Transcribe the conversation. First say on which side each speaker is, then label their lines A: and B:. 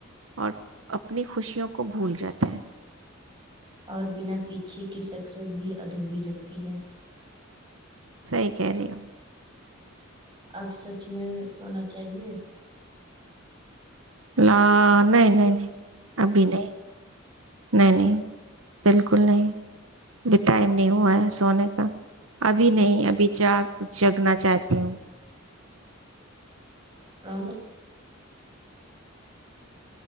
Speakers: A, on the right; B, on the right.
A: اور اپنی خوشیوں کو بھول جاتے ہیں
B: اور بنا پیچھے کے سکسیز بھی ادھوری لکھتی ہے
A: صحی کہہ رہی ہو
B: اب سچ میں سونا چاہیے
A: ل نہیں نہیں نہیں ابھی نہیں نہیں نہیں بالکل نہیں ابھی ٹائم نہیں ہوا ہے سونے کا ابھی نہیں ابھی جا جگنا چاہتی ہوں میں
B: راب